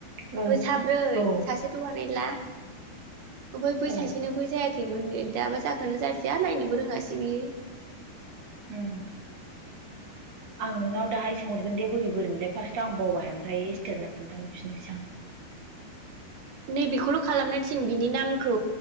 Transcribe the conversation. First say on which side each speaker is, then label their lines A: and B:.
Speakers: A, on the right; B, on the right.
A: औ
B: ओ साब्रै
A: औ
B: सासेथ' <unintelligible> ओमफाय बै
A: औ
B: सासेनाबो जायाखैमोन नो दाबा जाखोनो जादिया नायनोबो रोङासै बियो
A: उम आं नोंनाव दाहाय सोंहरगोन दे बोरै बोरै मोनलाय फार्स्टआव आं बावबाय ओमफ्राय इस्टोरनो खोन्थााहरफिननोसै आं
B: नै बेखौल खालामनो थिन बिनि नामखौ